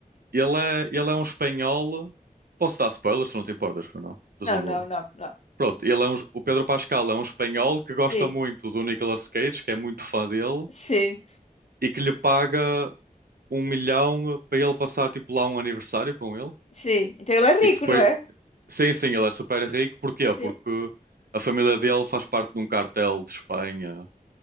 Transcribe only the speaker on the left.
Não, não,
não, não.
Sim,
sim,
sim. Então ele é
rico,
não é?
Sim.